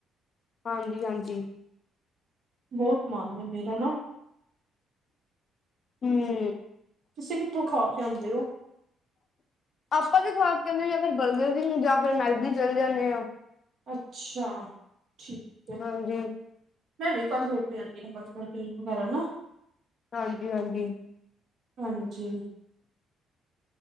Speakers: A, on the left; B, on the right.
A: ਹਾਂਜੀ, ਹਾਂਜੀ।
B: ਬੋਤ ਮਨ ਏ ਮੇਰਾ ਨਾ
A: ਹੂੰਮ ਮ
B: ਤੁਸੀਂ ਕਿੱਥੋਂ ਖਾ ਕੇ ਆਂਦੇ ਓ?
A: ਆਪਾਂ ਤੇ ਖਾ ਕੇ ਆਂਦੇ ਆ ਜਾਂ ਫਿਰ ਬਰਗਰ ਕਿੰਗ, ਜਾਂ ਫਿਰ ਮੈਗਜੀ ਚਲੇ ਜਾਂਦੇ ਆ।
B: ਅੱਛਾ, ਠੀਕ ਏ।
A: ਹਾਂਜੀ
B: ਮੈਂ ਵੀ ਕੱਲ ਹੋਰ ਕੇ ਆਦੀ ਆ ਬਰਗਰ- ਕਿੰਗ ਵਗੈਰਾ ਨਾ।
A: ਹਾਂਜੀ, ਹਾਂਜੀ
B: ਹਾਂਜੀ।